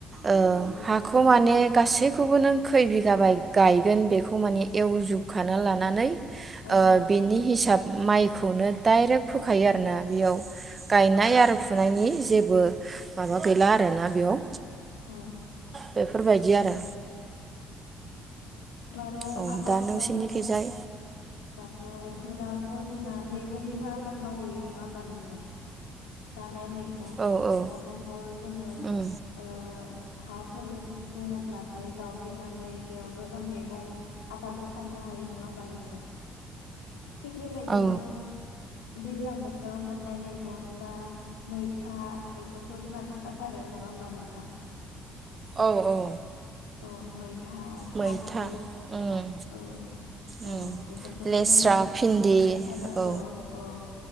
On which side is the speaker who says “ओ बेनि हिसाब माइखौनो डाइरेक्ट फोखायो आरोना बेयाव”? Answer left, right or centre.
Right